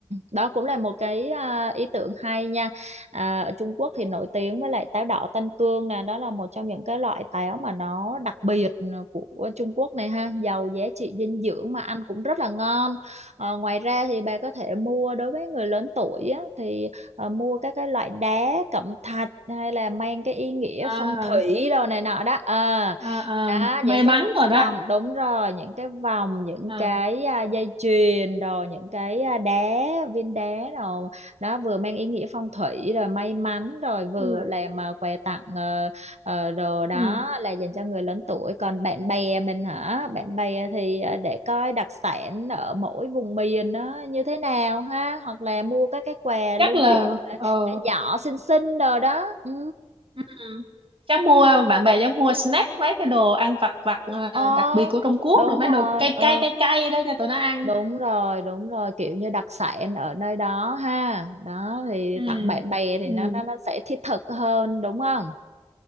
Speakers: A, on the right; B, on the right.
A: đó cũng là một cái à, ý tưởng hay nha à, ở Trung Quốc thì nổi tiếng với lại táo đỏ Tân Cương nè đó là một trong những cái loại táo mà nó đặc biệt ừ, của Trung Quốc này ha giàu giá trị dinh dưỡng mà ăn cũng rất là ngon Ờ, ngoài ra thì bà có thể mua đối với người lớn tuổi á, thì ờ, mua các cái loại đá cẩm thạch hay là mang cái ý nghĩa
B: à,
A: phong thủy đồ này nọ đó Ờ,
B: à, à
A: đó
B: may
A: những cái
B: mắn rồi đó
A: vòng đúng rồi những cái vòng những
B: à,
A: cái à, dây chuyền rồi những cái à, đá viên đá rồi đó vừa mang ý nghĩa phong thủy rồi may mắn rồi vừa
B: ừ,
A: làm à, quà tặng ờ, ờ, đồ đó
B: ừ.
A: là dành cho người lớn tuổi còn bạn bè mình hả bạn bè thì à, để coi đặc sản ở mỗi vùng miền nó như thế nào ha hoặc là mua các cái quà lưu
B: chắc là
A: niệm
B: ờ
A: nhỏ xinh xinh đồ đó ừ.
B: ừ. chắc mua bạn bè chắc mua snack mấy cái đồ ăn vặt vặt ờ,
A: Ờ,
B: đặc biệt của Trung Quốc
A: đúng
B: rồi mấy
A: rồi
B: đồ cay
A: ừ
B: cay cay cay đó cho tụi nó ăn
A: Đúng rồi, đúng rồi, kiểu như đặc sản ở nơi đó ha. Đó thì
B: ừ,
A: tặng bạn bè thì
B: ừ.
A: nó nó nó sẽ thiết thực hơn đúng không?